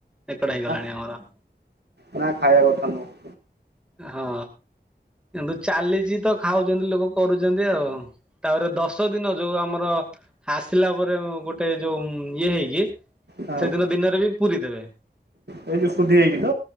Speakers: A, in the centre; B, on the right.
A: ଏକଡ ହେଇଗଲାଣି
B: ନା
A: ଆମର।
B: ନା, ଖାଇବା କଥା ନୁହଁ।
A: ହଁ, କିନ୍ତୁ ଚାଲିଛି ତ ଖାଉଛନ୍ତି ଲୋକ, କରୁଛନ୍ତି ଆଉ। ତାପରେ ଦଶ ଦିନ ଯୋଉ ଆମର ଆସିଲା ପରେ ଗୋଟେ ଯୋଉ ଇଏ ହେଇକି
B: ହଁ
A: ସେଦିନ ଦିନରେ ବି ପୁରୀ ଦେବେ।
B: ଏଇ ଯୋଉ ଶୁଦ୍ଧି ହେଇକି ତ